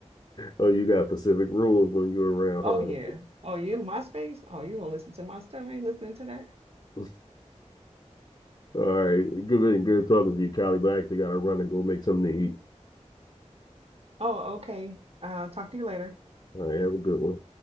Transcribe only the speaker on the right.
Oh yeah. Oh, you my space? Oh, you gonna listen to my stuff? I ain't listening to that.
Oh, okay. Uh, talk to you later.